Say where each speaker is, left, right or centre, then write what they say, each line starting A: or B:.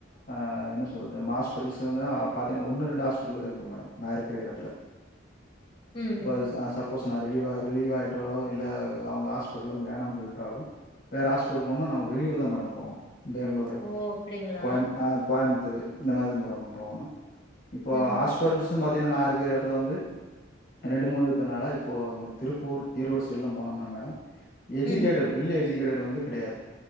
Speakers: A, on the left; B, on the left.
A: அ என்ன சொல்றது மா ஹாஸ்ப்ல்ஸு வந்துனா பாத்தீங்னா ஒன்னு ரெண்டு ஹாஸ்பிட்டுல்தாருக்குது மேடம் நா இருக்ற எடத்துல
B: ம்,
A: இப்ப அது ச சப்போஸ் நா ரிலீவா ரிலீவாயிட்டாலோ இல்ல அவங்க ஹாஸ்பிட்ல்லருந்து வேணானு சொல்ட்டாலோ வேற ஹாஸ்பிடல் போணுனா நம்ம வெளியூர்தா மேடம் போணு பேங்ளூர்
B: ஓ! அப்டிங்களா?
A: கோயம் அ கோயம்புத்தூரு இந்த மாரிதா மேடம் போணு இப்போ
B: ம்,
A: ஹாஸ் பிட்டஸ்ஸு பாத்தீனா நா இருக்குற எடத் துல வந்து ரெண்டு மூணு இருக்கனால இப்போ அந்த திருப்பூர் ஈரோடு சைட்லா போனோம்னா மேடம் எஜிகேட்டட்
B: ம்,
A: வெல் எஜிகேட்டட் வந்து கெடயாது